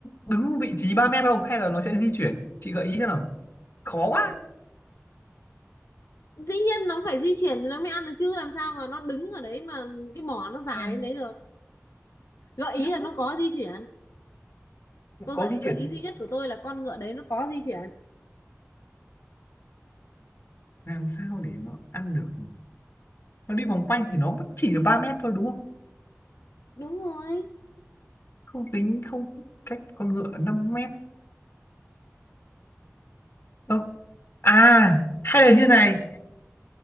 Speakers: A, on the left; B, on the left.
A: đứng vị trí 3 mét không hay là nó sẽ di chuyển chị gợi ý cho nào khó quá
B: dĩ nhiên nó phải di chuyển thì nó mới ăn được chứ làm sao mà nó đứng ở đấy mà cái mỏ nó dài
A: làm
B: đến đấy được gợi ý
A: nó
B: là nó có di chuyển câu
A: có
B: gợi,
A: di chuyển
B: gợi ý duy nhất của tôi là con ngựa đấy nó có di chuyển
A: làm sao để nó ăn được nhỉ? nó đi vòng quanh thì nó vẫn chỉ được 3 mét thôi đúng không
B: đúng rồi
A: không tính không cách con ngựa 5 mét Ơ, à hay là như này